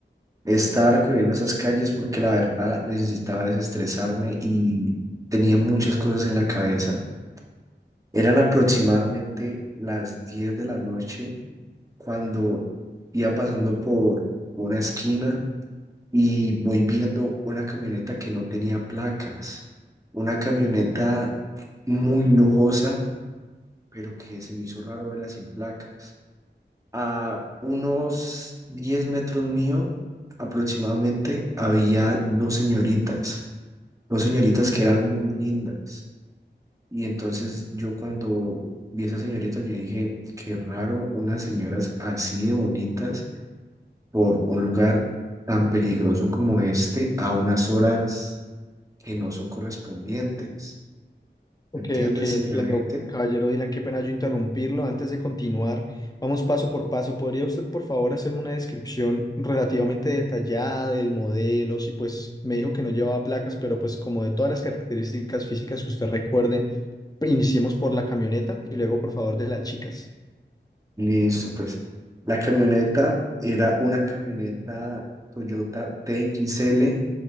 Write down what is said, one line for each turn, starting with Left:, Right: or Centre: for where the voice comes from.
Right: Estaba recorriendo esas calles porque la verdad necesitaba desestresarme y tenía muchas cosas en la cabeza. Eran aproximadamente las 10 de la noche cuando iba pasando por una esquina y voy viendo una camioneta que no tenía placas. Una camioneta muy lujosa, pero que se me hizo raro verla sin placas. A unos 10 metros mío aproximadamente había dos señoritas, dos señoritas que eran muy lindas. Y entonces yo cuando vi a esas señoritas, yo dije, qué raro unas señoras así de bonitas por un lugar tan peligroso como este a unas horas que no son correspondientes.
Left: Ok,
Right: ¿Me entiendes,
Left: ok, entiendo.
Right: señora gente?
Left: Caballero Dylan, qué pena yo interrumpirlo. Antes de continuar, vamos paso por paso. ¿Podría usted, por favor, hacerme una descripción relativamente detallada del modelo? Si pues me dijo que no llevaba placas, pero pues como de todas las características físicas que usted recuerde, iniciemos por la camioneta y luego, por favor, de las chicas.
Right: Listo, pues. La camioneta era una camioneta Toyota T X L